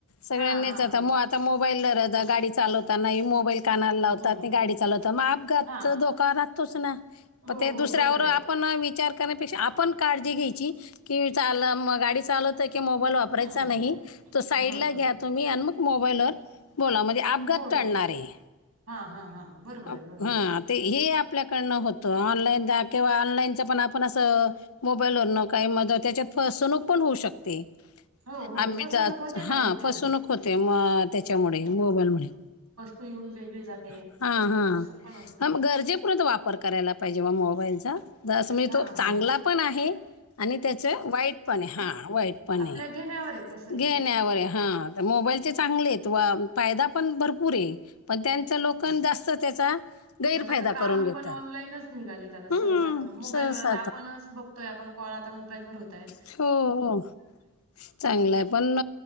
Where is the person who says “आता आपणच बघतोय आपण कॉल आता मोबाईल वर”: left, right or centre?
Right